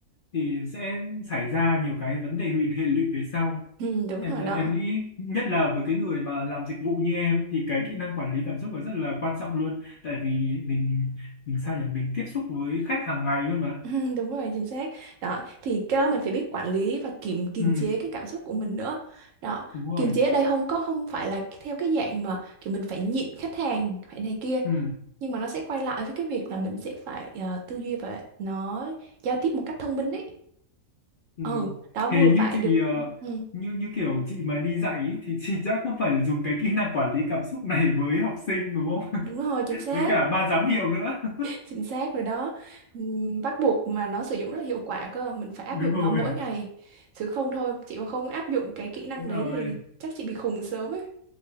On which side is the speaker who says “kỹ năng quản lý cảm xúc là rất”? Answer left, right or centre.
Left